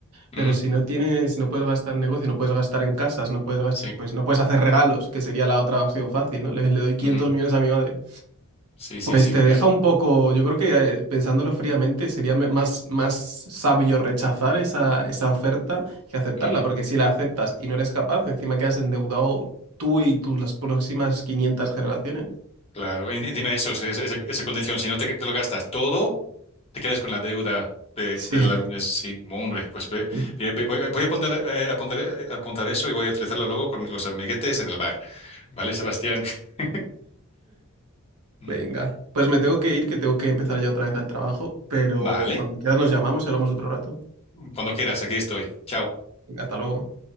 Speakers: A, on the left; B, on the right.
A: ujú,
B: pero si no tienes, si no puedes gastar en negocio, no puedes gastar en casas, no puedes gastar,
A: sí,
B: pues no puedes hacer regalos, que sería la otra opción fácil, ¿no? Le, le doy quinientos
A: ujú,
B: millones a mi madre.
A: sí, sí,
B: Pues
A: sí.
B: te deja
A: eh,
B: un poco, yo creo que eh, pensándolo fríamente sería me- más, más sabio rechazar esa, esa oferta que aceptarla,
A: ujú,
B: porque si la aceptas y no eres capaz, encima quedas endeudado tú y tus las próximas 500 generaciones.
A: claro. Y- y dime eso, es- es- esa, esa condición. Si no te, te lo gastas todo, te quedas con la deuda de,
B: Sí.
A: de la... es- Sí, hombre, pues ve-
B: <laughs>
A: ve- ve- voy, voy a apuntar, eh, apuntar, eh, apuntar eso y voy a utilizarlo luego con los amiguetes en el bar. ¿Vale, Sebastián? <laughs> Mm,
B: Venga, pues me tengo que ir, que tengo que empezar ya otra vez al trabajo, pero
A: Vale.
B: cuando quieras nos llamamos y hablamos otro rato.
A: Cuando quieras, aquí estoy. Chao.
B: Venga, hasta luego.